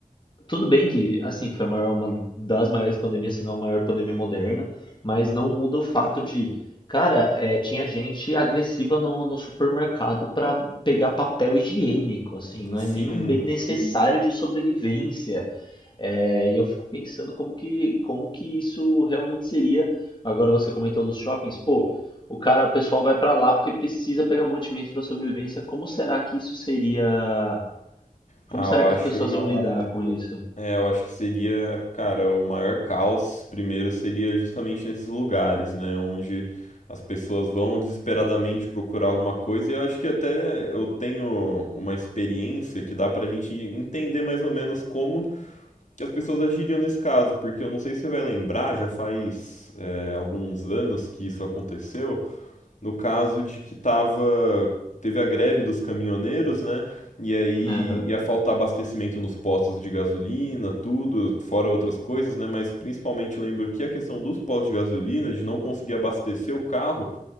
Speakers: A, on the left (about 35°); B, on the left (about 60°).
A: tudo bem que assim foi a maior- uma das maiores pandemias, se não a maior pandemia moderna, mas não muda o fato de, cara, é, tinha gente agressiva no, no supermercado para pegar papel higiênico, assim, não
B: Sim.
A: é nenhum bem necessário de sobrevivência. É, e eu fico pensando como que, como que isso realmente seria. Agora você comentou dos shoppings, pô, o cara, o pessoal vai para lá porque precisa pegar mantimentos para sobrevivência. Como será que isso seria?
B: Ah,
A: Como será
B: eu acho.
A: que as pessoas vão lidar com isso?
B: É, eu acho que seria, cara, o maior caos primeiro seria justamente nesses lugares, né? Onde as pessoas vão desesperadamente procurar alguma coisa. E eu acho que até eu tenho uma experiência que dá pra gente entender mais ou menos como que as pessoas agiriam nesse caso. Porque eu não sei se você vai lembrar, já faz, é, alguns anos que isso aconteceu. no caso de que tava, teve a greve dos caminhoneiros, né? E aí
A: Aham.
B: ia faltar abastecimento nos postos de gasolina, tudo, fora outras coisas, né? Mas principalmente lembro que a questão dos postos de gasolina, de não conseguir abastecer o carro,